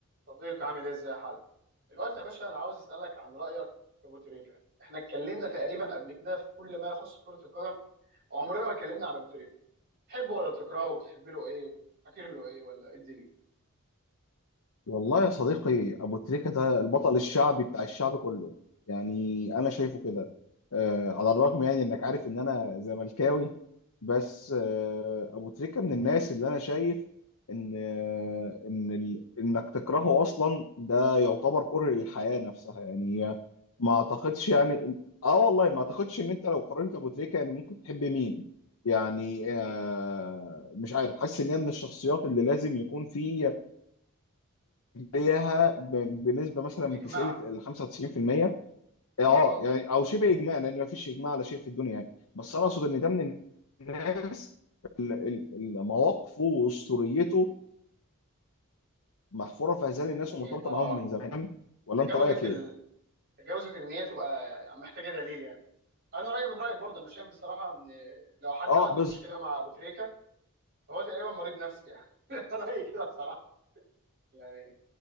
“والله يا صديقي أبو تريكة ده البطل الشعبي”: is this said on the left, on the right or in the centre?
Left